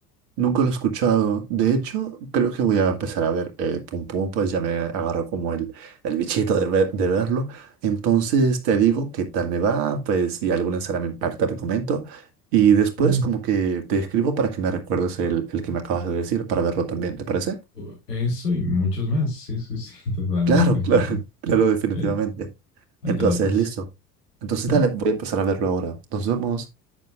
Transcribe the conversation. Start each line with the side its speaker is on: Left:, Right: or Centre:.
Right: nunca lo he escuchado. De hecho, creo que voy a empezar a ver eh, Pum Pum, pues ya me agarró como el, el bichito de, ver- de verlo. Entonces te digo qué tal me va, pues si alguna escena me impacta, te comento. Y después
Left: Mm,
Right: como que te escribo para que me recuerdes el, el que me acabas de decir para verlo también, ¿te parece?
Left: u- Eso y muchos más. Sí, sí, sí, <laughs> totalmente.
Right: Claro, claro,
Left: Yo te,
Right: <laughs> claro, definitivamente.
Left: ya- ahí
Right: Entonces,
Left: te lo paso.
Right: listo. Entonces,
Left: ¿Va?
Right: dale, voy a empezar a verlo ahora. Nos vemos.